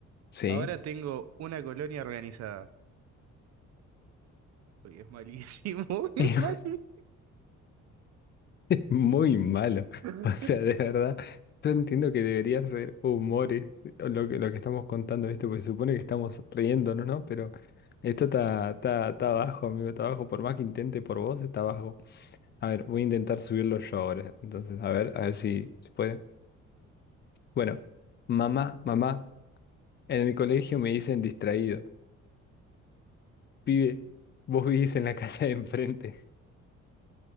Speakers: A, on the left; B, on the right.
A: sí.
B: Ahora tengo una colonia organizada. Uy, es malísimo, <laughs> es
A: <laughs>
B: malísimo.
A: Muy malo. <laughs>
B: <laughs>
A: O sea, de verdad, yo entiendo que debería ser humores lo que, lo que estamos contando, ¿viste? Porque se supone que estamos riéndonos, ¿no? Pero esto está, está, está bajo amigo, está bajo Por más que intente por vos, está bajo A ver, voy a intentar subirlo yo ahora. Entonces, a ver, a ver si se puede. Bueno, mamá, mamá, en mi colegio me dicen distraído. Pibe, vos vivís en la casa de enfrente.